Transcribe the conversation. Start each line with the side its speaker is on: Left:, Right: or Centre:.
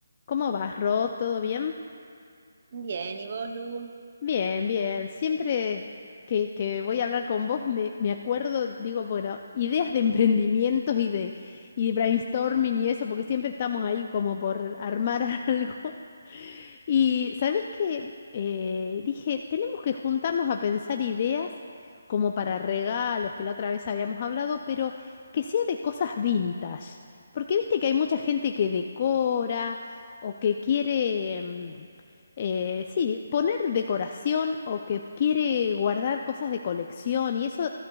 Left: ¿Cómo vas, Ro? ¿Todo bien?
Right: Bien, ¿y vos, Lu?
Left: Bien, bien. Siempre que, que voy a hablar con vos me, me acuerdo, digo, bueno, ideas de emprendimientos y de, y de brainstorming y eso, porque siempre estamos ahí como por armar <laughs> algo. Y ¿sabés qué? Eh, dije, tenemos que juntarnos a pensar ideas como para regalos, que la otra vez habíamos hablado, pero que sea de cosas vintage. Porque viste que hay mucha gente que decora o que quiere... mm, eh, sí, poner decoración o que quiere guardar cosas de colección y eso,